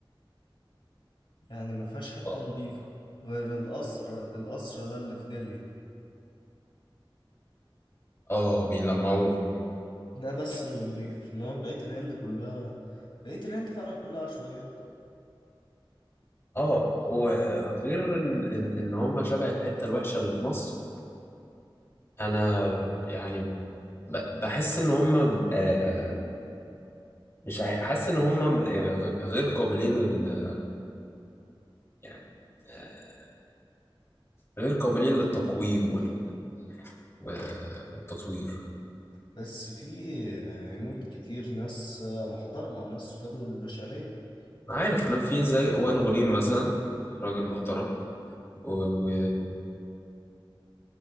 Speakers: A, on the left; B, on the left.
A: يعني ما فيهاش حتة
B: اه
A: نظيفة غير القصر القصر ده اللي في دلهي،
B: آه، بيلمعوه
A: ده بس اللي نظيف، إنما بقية الهند كلها بقية الهند فعلا كلها عشوائيات،
B: اه وغير ان ان إن هم شبه الحتة الوحشة اللي في مصر انا يعني ب- بحس ان هم آه، مش عا- حاسس ان هم آه، غ- غير قابلين لل يعني آه، غير قابلين للتقويم وال... و- والتطوير
A: بس في هنود كتير ناس محترمة وناس فادوا للبشرية.
B: عارف إن في زي وائل غنيم مثلا راجل محترم
A: اه
B: وفي
A: اه